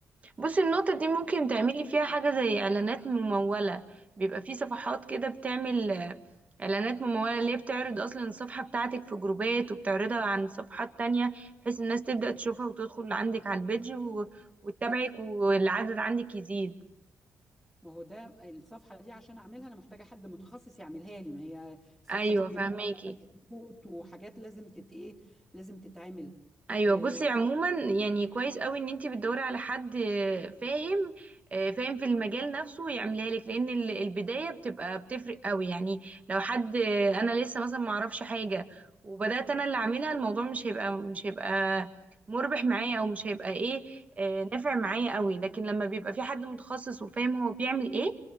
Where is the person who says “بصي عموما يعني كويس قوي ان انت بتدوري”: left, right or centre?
Right